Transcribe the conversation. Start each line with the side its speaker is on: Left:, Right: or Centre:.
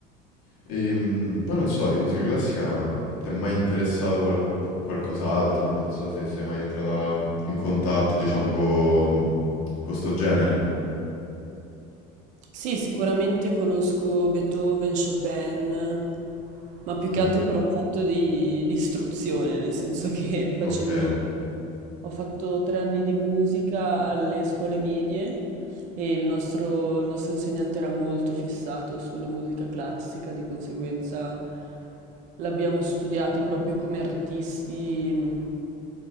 Left: E, mm, poi non so, di musica classica mm, ti è mai interessato qual- qualcos'altro? Non so se sei mai entrata in contatto, diciamo, con questo genere.
Right: Sì, sicuramente conosco Beethoven, Chopin, ma più
Left: Mm,
Right: che altro per un fatto di, di istruzione, nel senso che <laughs> facendo
Left: ok. E
Right: Ho fatto tre anni di musica alle scuole medie e il nostro, il nostro insegnante era molto fissato sulla musica classica, di conseguenza l'abbiamo studiati proprio come artisti mh,